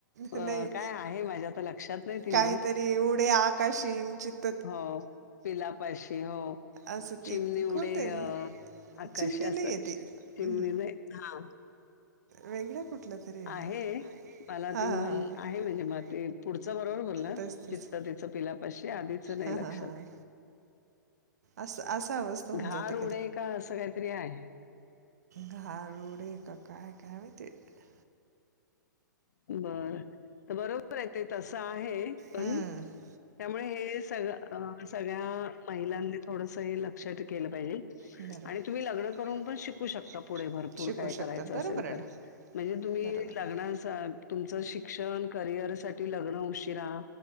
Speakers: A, on the left; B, on the right.
A: अ,
B: नाही,
A: काय आहे माझ्या तर लक्षात नाही ती
B: काहीतरी
A: मग
B: उडे आकाशी अणि चित
A: हो, पिलापाशी हो
B: असं ती
A: चिमणी
B: कोणते
A: उडेे अ आकाश
B: चिमणी नाही
A: अस,
B: आहे ती
A: चिमनीने,
B: हम्म.
A: हा
B: वेगळं कुठलं तरी
A: आहे,
B: ते.
A: मला
B: हा
A: त
B: हा
A: मन आहे म्हणजे
B: हा
A: म ते पुढचं बरोबर बोलला
B: तेच तेच
A: चित्त तिच पिला आधीच नाही
B: हां
A: लक्षात.
B: हां हां असं असा अवस्था होऊन
A: घारउडे
B: जाते
A: का? अस काहीतरी आहे.
B: घार उडे का काय, काय मायती बई.
A: बर त बरोबरे ते तस आहे पण
B: हम्म
A: त्यामुळे हे सगळ अ सगळ्या महिलांनी थोडस हे लक्षात केल पाहिजे
B: बरोबर
A: आणि तुम्ही लग्न करून पण शिकू शकता पुढे भरपूर,
B: शिकू
A: काय
B: शकतात
A: करायच असेल
B: बरोबर आहे
A: तर.
B: ना
A: म्हणजे तुम्ही
B: बरोबर
A: लग्नासा
B: आहे
A: तुमच शिक्षण करिअर साठी लग्न उशिरा